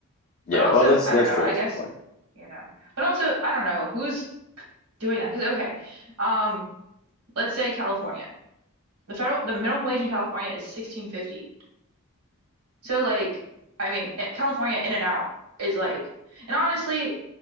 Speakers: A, on the left; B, on the right.
A: Yeah,
B: but also,
A: well that's
B: I
A: that's
B: don't know,
A: true.
B: I
A: That's
B: guess,
A: a good point.
B: you know, but also, I don't know who's doing that because okay. um. let's say California. The federal the minimum wage in California is sixteen fifty. So like I mean eh, California in and out is like and honestly